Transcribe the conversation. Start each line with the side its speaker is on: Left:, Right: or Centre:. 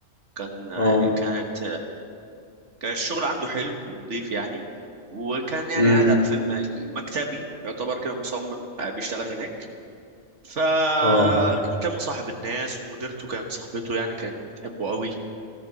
Right: كان يعني
Left: اه
Right: كانت كان الشغل عنده حلو ونظيف يعني وكان يعني
Left: امم
Right: قاعد على فيلم مكتبي يعتبر كده مصمم آه، بيشتغل هناك فكان
Left: اه
Right: مصاحب الناس ومديرته كانت صاحبته يعني كانت بتحبه قوي